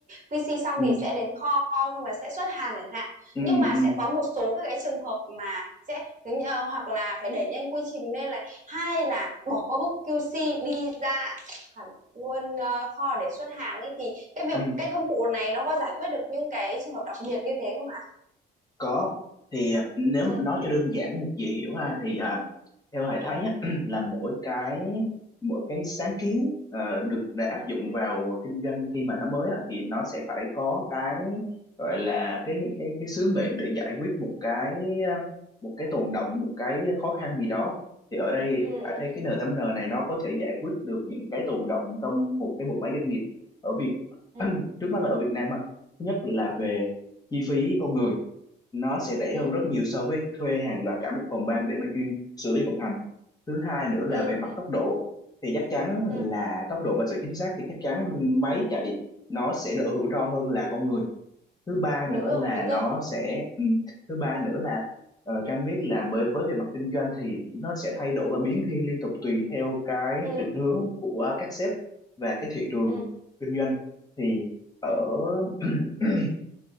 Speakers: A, on the right; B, on the left.
A: QC xong
B: Ừ.
A: thì sẽ đến kho kho xong rồi sẽ xuất hàng chẳng hạn
B: Ừ.
A: nhưng mà
B: Ừ.
A: sẽ có một số các cái trường hợp mà sẽ tính ờ, hoặc là phải đẩy nhanh quy trình nên là hay là bỏ qua book QC đi ra hẳn luôn ờ, kho để xuất hàng ấy thì cái việc
B: Ừ.
A: cái công cụ này nó có giải quyết được những cái trường hợp đặc biệt như thế không hả?
B: có thì à, nếu
A: ừ
B: nói cho đơn giản một dễ hiểu ha thì à, theo thầy thấy á, <clears throat> là mỗi cái mỗi cái sáng kiến à, được để áp
A: ừ
B: dụng
A: ừ
B: vào kinh doanh khi mà nó mới á, thì nó sẽ phải có cái gọi là cái cái cái sứ mệnh để giải quyết một cái à, một cái tồn đọng một cái khó khăn gì đó thì ở đây
A: ừ
B: thầy thấy cái N8N này nó có thể giải quyết được những cái tồn đọng trong một cái bộ máy doanh nghiệp ở Việt
A: ừ
B: <clears throat> trước mắt là ở Việt Nam ha. thứ nhất là về chi phí con người nó sẽ rẻ
A: ừ
B: hơn rất nhiều so với thuê hàng loạt cả một phòng ban để mà chuyên xử lý vận hành thứ hai nữa
A: ừ
B: là về mặt
A: ừ ừ
B: tốc độ thì chắc chắn
A: ừ.
B: là tốc độ và sự chính xác thì chắc chắn máy chạy nó sẽ đỡ rủi ro hơn là con người thứ ba
A: đúng
B: nữa
A: rồi
B: là
A: đúng
B: nó
A: rồi
B: sẽ ừ, thứ ba nữa là ờ, Trang biết là bởi với về mặt kinh doanh thì nó sẽ thay đổi và biến thiên liên tục tùy theo cái
A: ừ
B: định hướng của các sếp và cái thị trường
A: ừ
B: kinh doanh thì ở
A: ừ
B: <clears throat>